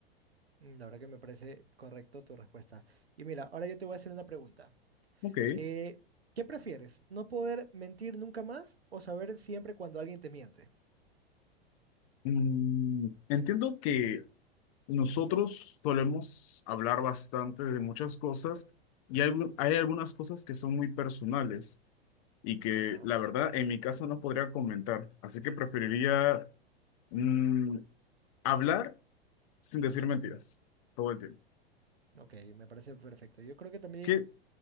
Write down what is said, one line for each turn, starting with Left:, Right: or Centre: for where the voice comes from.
Right: Mm, La verdad que me parece correcto tu respuesta. Y mira, ahora yo te voy a hacer una pregunta.
Left: Ok,
Right: Eh, ¿qué prefieres? ¿No poder mentir nunca más o saber siempre cuando alguien te miente?
Left: mm, entiendo que nosotros solemos hablar bastante de muchas cosas y algu- hay algunas cosas que son muy personales y que
Right: Ajá.
Left: la verdad en mi caso no podría comentar, así que preferiría mm, hablar sin decir mentiras todo el tiempo.
Right: Ok, me parece perfecto. Yo creo que también...
Left: ¿Qué,